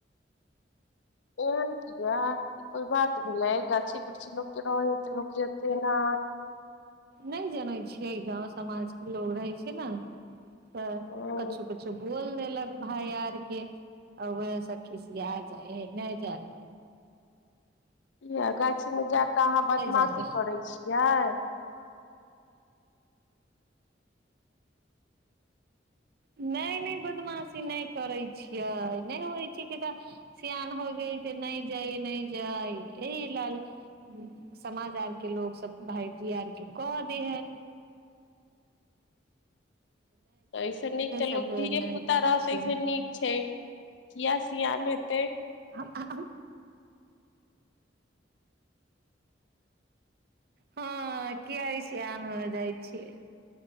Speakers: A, on the left; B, on the right.
A: ए जा कोई बात भेलै गाछी बिृछी लोक त रहै तऽ लोक जेतै न
B: नहि जनै छियै गाँव समाजके लोग रहै छै ने तऽ
A: ह
B: कछु कछु बोल लक भाय यारके आ वस खिस आ जाइ नहि जाइ
A: य गाछीमे जा कऽ अहाँ बदमाशी
B: जाइ
A: करैत छियै
B: नहि नहि बदमाशी नहि करै छियै नहि होइ छियै कि तऽ सिआन हो गेलै जे नहि जाय नहि जाय एहि लेल समाज आरके लोकसभ भायजी आरके कहऽ दै हइ
A: तऽ ऐसे नीक तऽ
B: सब
A: लोक
B: लेल
A: धिये
B: नहि
A: पुता
B: जाइ
A: रहतै
B: छियै
A: से नीक छै किया सियान हेतै
B: आ हँ किया सिआन हो जाइ छियै